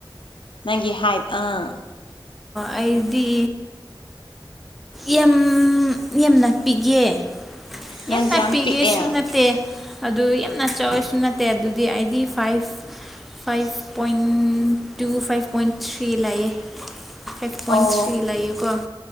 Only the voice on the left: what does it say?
ꯅꯪꯒꯤ ꯍꯥꯏꯠ ꯑꯥ
ꯅꯪꯁꯦ
ꯌꯥꯝ
ꯄꯤꯛꯑꯦ
ꯑꯣ